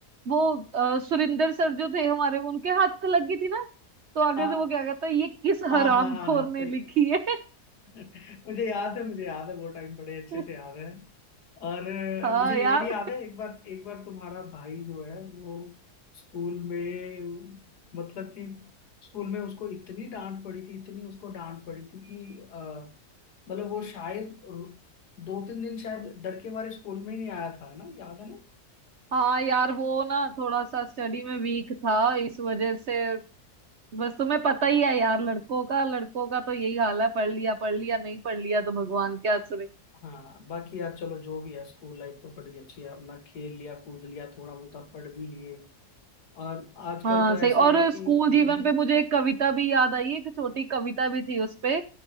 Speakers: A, on the right (about 55°); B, on the left (about 80°).
A: वो अ, सुरिंदर सर जो थे हमारे उनके हाथ लग गई थी ना तो आगे
B: हाँ,
A: से वो क्या कहता है ये किस
B: हाँ
A: हरामखोर
B: हाँ हाँ हाँ
A: ने
B: सही
A: लिखी है
B: <laughs> मुझे याद है मुझे याद है वो टाइम बड़े अच्छे
A: <laughs>
B: से याद है और
A: हाँ
B: अ, मुझे ये
A: यार
B: भी याद है एक बार एक बार तुम्हारा भाई जो है वो स्कूल में मतलब कि स्कूल में उसको इतनी डांट पड़ी थी इतनी उसको डांट पड़ी थी कि अ, मतलब वो शायद रु- दो तीन दिन शायद डर के मारे स्कूल में ही नहीं आया था है ना याद है ना
A: हाँ यार वो ना थोड़ा सा स्टडी में वीक था इस वजह से बस तुम्हें पता ही है यार लड़कों का लड़कों का तो यही हाल है पढ़ लिया पढ़ लिया नहीं पढ़ लिया तो भगवान के आसरे
B: हाँ बाकी यार चलो जो भी है स्कूल लाइफ तो बड़ी अच्छी है अपना खेल लिया कूद लिया थोड़ा बहुत पढ़ भी लिए और आजकल
A: हाँ
B: तो ऐसे
A: सही और
B: है कि
A: स्कूल जीवन
B: हम्म,
A: पे मुझे एक कविता भी याद आई एक छोटी कविता भी थी उस पे